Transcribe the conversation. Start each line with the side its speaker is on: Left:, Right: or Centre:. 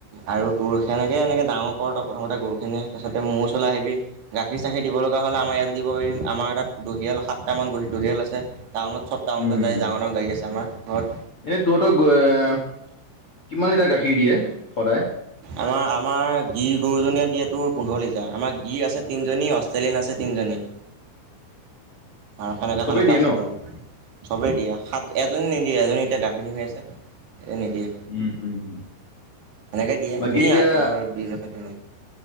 Right: আৰু তোৰ সেনেকে এনেকে ডাঙৰ কৰোতে প্ৰথমতে গৰুখিনি তাৰপছতে মো ওচৰলে আহিবি গাখীৰ চাখীৰ দিব লগা। আমাৰ ইয়াত দিব পাৰিম আমাৰ তাত দহিয়াল সাত টা মান দহিয়াল আছে টাউনত টাউনত
Left: উম
Right: যায়
Left: উম
Right: ডাঙৰ ডাঙৰ গাড়ী আছে আমাৰ ঘৰত
Left: এনে তহতক এ কিমান লিটাৰ গাখীৰ দিয়ে সদায়?
Right: আমাৰ আমাৰ গিৰ গৰুজনীয়ে দিয়ে তোৰ পোন্ধৰ লিটাৰ আমাৰ গিৰ আছে তিনিজনী অষ্ট্ৰেলিয়ান আছে তিনিজনী
Left: <inaudible>
Right: আৰু সেনেকা
Left: চবেই
Right: - সেনেকা
Left: দিয়ে
Right: আছে
Left: ন
Right: তোৰ। চবেই দিয়ে সাত এজনী নিদিয়ে এজনী এতিয়া গাভিনি হৈ আছে। এ নিদিয়ে
Left: উম - উম।
Right: সেনেকে দিয়ে
Left: বাকী
Right: ধুনীয়া
Left: এতিয়া
Right: তৰ বীজ আছে